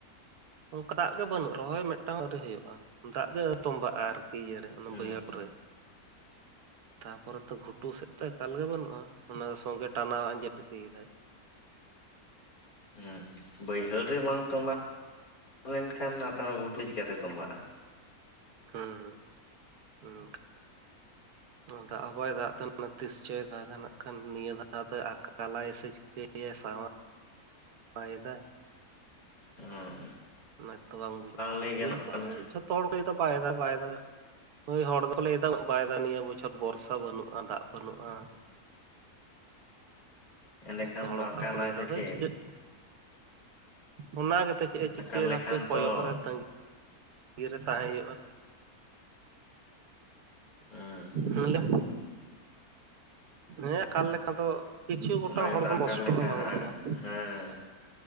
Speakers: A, on the right; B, on the left.
A: ᱚᱱᱠᱟ ᱫᱟᱜ ᱜᱮ ᱵᱟᱹᱱᱩᱜ ᱨᱮᱚᱦᱚᱸᱭ ᱢᱤᱫᱴᱟᱝ ᱦᱚᱸ ᱟᱹᱣᱨᱤ ᱦᱩᱭᱩᱜᱼᱟ᱾ ᱫᱟᱜ ᱜᱮ ᱛᱚᱸᱵᱟᱜᱼᱟ ᱟᱨᱠᱤ ᱤᱭᱟᱹᱟᱹᱨᱮ ᱚᱱᱟ
B: ᱦᱩᱸ
A: ᱵᱟᱹᱭᱦᱟᱹᱲ ᱨᱮ᱾ ᱛᱟᱯᱚᱨᱮ ᱛᱚ ᱜᱷᱩᱴᱩ ᱥᱮᱫ ᱛᱚ ᱮᱠᱟᱞ ᱜᱮ ᱵᱟᱹᱱᱩᱜᱼᱟ ᱚᱱᱟ ᱫᱚ ᱥᱚᱸᱜᱮ ᱴᱟᱱᱟᱣ ᱟᱸᱡᱮᱫ ᱤᱫᱤᱭᱮᱫᱟᱭ᱾
B: ᱦᱮᱸ ᱵᱟᱹᱭᱦᱟᱹᱲ ᱨᱮ ᱵᱟᱝ ᱛᱚᱸᱵᱟ ᱞᱮᱱᱠᱷᱟᱱ ᱱᱮᱛᱟᱨ ᱦᱚᱸ ᱜᱷᱩᱴᱩ ᱪᱮᱠᱟᱛᱮ ᱛᱚᱸᱵᱟᱜᱼᱟ᱾
A: ᱦᱩᱸ ᱦᱩᱸ ᱦᱩᱸ ᱾ ᱫᱟᱜ ᱦᱚᱸ ᱵᱟᱭ ᱫᱟᱜ ᱛᱟᱦᱮ ᱛᱤᱥᱪᱚᱭ ᱫᱟᱜᱱᱟᱜ ᱠᱷᱟᱱ ᱱᱤᱭᱟᱹ ᱫᱟᱜᱟ ᱫᱚ ᱟᱠᱟᱞᱟᱭ ᱥᱮ ᱪᱤᱠᱟᱹᱭᱟᱭ ᱥᱟᱶ᱾ ᱟᱭ ᱫᱟᱭ
B: ᱦᱚᱸ
A: ᱚᱱᱟ ᱛᱚ ᱵᱟᱝ ᱵᱩᱡᱩᱜ ᱠᱟᱱᱟ
B: ᱞᱟᱹᱭ ᱜᱟᱱᱚᱜ
A: ᱵᱩᱡ ᱫ
B: ᱠᱟᱱᱟ
A: ᱟᱫᱚ᱾ ᱡᱚᱛᱚ ᱦᱚᱲ ᱠᱚᱫᱟ ᱵᱟᱭ ᱫᱫᱟ ᱵᱟᱭ ᱮᱫᱟ ᱭ ᱦᱚᱲ ᱫᱚ ᱞᱟᱹᱭ ᱫᱫᱟ ᱵᱟᱭ ᱫᱫᱟ ᱱᱤᱭᱟᱹ ᱵᱩᱡ ᱛᱚᱪ ᱵᱚᱨᱥᱟ ᱵᱟᱹᱱᱩᱜᱼᱟ ᱫᱟᱜ ᱵᱟᱹᱱᱩᱜᱼᱟ᱾
B: ᱮᱸᱰᱮᱠᱷᱟᱱ
A: ᱡᱚᱛᱚ ᱦᱚᱲ
B: ᱫᱚ ᱟᱠᱟᱞᱟᱭ
A: ᱚᱱᱠᱟ ᱠᱚ ᱞᱟᱹᱭ
B: ᱥᱮ
A: ᱫᱟ
B: ᱪᱮᱫ
A: ᱪᱤᱠᱟᱹᱜ ᱚᱱᱟᱜᱮ ᱪᱮᱫ ᱮ ᱪᱤᱠᱟᱹᱭ
B: ᱟᱠᱟᱞ ᱞᱮᱠᱷᱟᱱ
A: ᱫᱟᱯᱮ ᱠᱚᱭᱚᱜ
B: ᱛᱚ
A: ᱨᱮ ᱛᱟᱹᱜᱤ ᱛᱤ ᱨᱮ ᱛᱟᱦᱮᱸ ᱦᱩᱭᱩᱜᱼᱟ᱾
B: ᱦᱩᱸ ᱾
A: ᱦᱩᱭᱩᱜᱼᱟ ᱦᱮᱸ ᱟᱠᱟᱞ ᱞᱮᱠᱷᱟᱱ ᱫᱚ- ᱠᱤᱪᱷᱩ ᱜᱚᱴᱟᱝ
B: ᱚᱱᱟ ᱜᱮᱛᱚ
A: ᱦᱚᱲ ᱵᱚᱱ
B: ᱟᱠᱟᱞ
A: ᱠᱚᱥᱴᱚᱜᱼᱟ
B: ᱞᱮᱠᱟ
A: ᱵᱟᱝ ᱫᱚ ᱵᱟᱝ
B: ᱦᱮᱸ